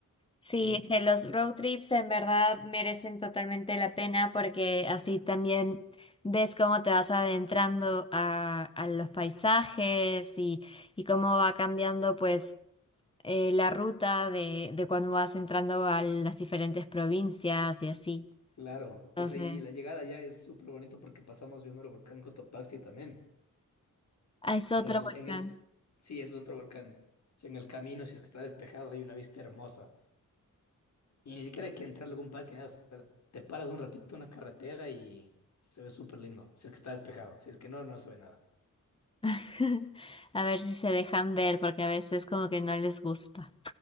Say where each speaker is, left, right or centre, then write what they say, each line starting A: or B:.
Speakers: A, on the left; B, on the left.
A: Sí,
B: Sí,
A: es que los road trips en verdad merecen totalmente la pena porque así también ves cómo te vas adentrando a, a los paisajes y, y cómo va cambiando pues eh, la ruta de, de cuando vas entrando a las diferentes provincias y así.
B: claro. Y,
A: Entonces,
B: o sea, y la llegada ya es súper bonito porque pasamos viendo el volcán Cotopaxi también.
A: ah, es otro
B: O sea, en el,
A: volcán.
B: en el... Sí, es otro volcán. O sea, en el camino, si es que está despejado, hay una vista hermosa. Y ni siquiera hay que entrar a algún parque, nada. O sea, te paras un ratito en una carretera y... Se ve súper lindo, si es que está despejado, si es que no, no se ve nada.
A: <laughs> A ver si se dejan ver, porque a veces como que no les gusta.